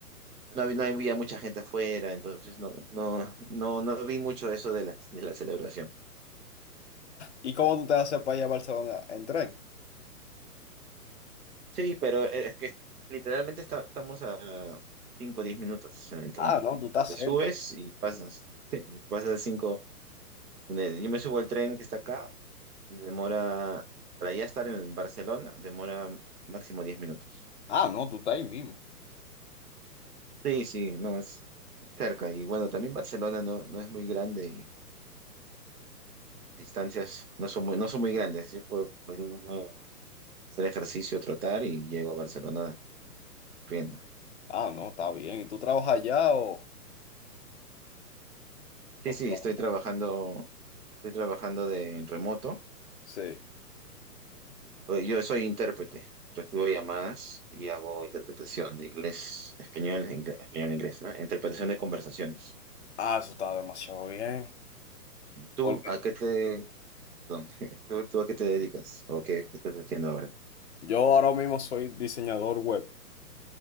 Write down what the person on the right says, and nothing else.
No, hab- no había mucha gente afuera, entonces no, no, no, no vi mucho eso de la, de la celebración.
Sí, pero eh, es que literalmente está- estamos a 5 o 10 minutos en el tren.
Te
subes y pasas, sí, pasas 5, yo me subo al tren que está acá y demora, para ya estar en Barcelona, demora máximo 10 minutos.
Sí, sí, no, es cerca. Y bueno, también Barcelona no, no es muy grande y las distancias no son muy, no son muy grandes. así puedo podría irme a hacer ejercicio, trotar y llego a Barcelona corriendo.
Sí,
sí,
estoy trabajando, estoy trabajando de en remoto.
Eh, Yo soy intérprete. Recibo llamadas y hago interpretación de inglés, español, ingle- español, inglés, ¿no? Interpretación de conversaciones.
¿Tú
a qué te, perdón, <laughs> ¿tú, tú a qué te dedicas? ¿O qué, qué estás haciendo ahora?